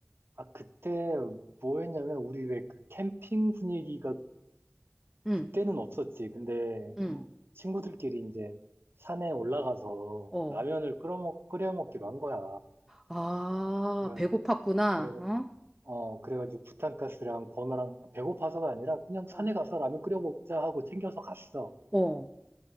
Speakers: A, on the right; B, in the centre.
A: 아 그때 뭐 했냐면 우리 왜 그 캠핑 분위기가
B: 응,
A: 그때는 없었지. 근데
B: 응,
A: 어, 친구들끼리 이제 산에 올라가서
B: 어.
A: 라면을 끓여 먹 끓여 먹기로 한 거야.
B: 아,
A: 그래
B: 배고팠구나,
A: 그래
B: 어?
A: 어, 그래가지고 부탄가스랑 버너랑 배고파서가 아니라 그냥 산에
B: 어,
A: 가서 라면 끓여 먹자 하고 챙겨서 갔어.
B: 어.